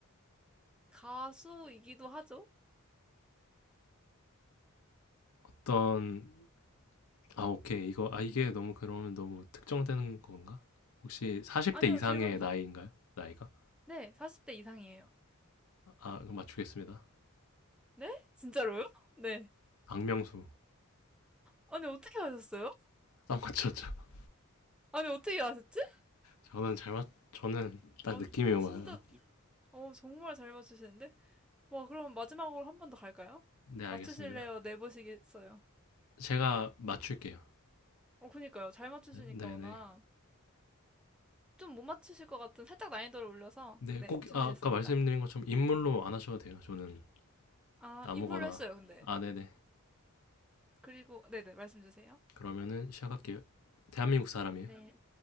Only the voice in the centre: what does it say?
가수이기도 하죠.
아니요.
질문 주
네. 40대 이상이에요.
네? 진짜로요? 네.
아니 어떻게 아셨어요?
아니 어떻게 아셨지?
아,
진짜 어 정말 잘 맞추시는데? 와 그럼 마지막으로 한 번 더 갈까요?
맞추실래요? 내보시겠어요?
어 그니까요. 잘 맞추시니까
워낙
좀 못 맞추실 것 같은 살짝 난이도를 올려서
네
준비됐습니다.
아
인물로 했어요 근데
그리고 네네 말씀 주세요.
네